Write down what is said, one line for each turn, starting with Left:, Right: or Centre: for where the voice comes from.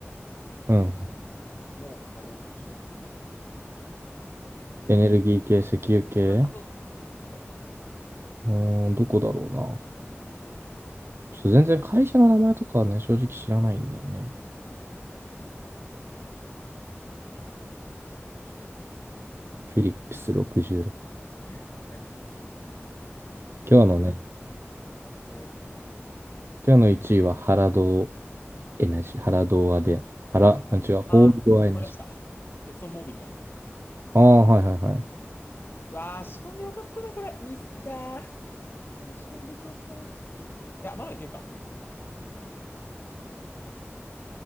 Right: うん
Left: オイルカンもう買おうとしたんだけど。で、なんだっけな、
Right: エネルギー系、
Left: まず。
Right: 石油系
Left: あ、そうそうそうそうそうそ
Right: うーん、どこだろうな。
Left: う。どうだったっけな。
Right: ちょっと全然会社の名前とかはね、正直知らないんだよね。
Left: <clears throat> 調べてみよ
Right: フィリップス66。
Left: う。<laughs>
Right: 今日のね、
Left: えー、どれ、あどうせした
Right: 今日の1位は原堂エナジー、原堂アで、原、あ違う、ホールドアエナジ
Left: ああー、思い出した。エクソンモービルだ。
Right: ー。ああ、はいはいはい。
Left: わあ、仕込んでよかったな、これ。ミスったー。これ仕込むべきやったー。いや、まだいけるか。まだ買えるか。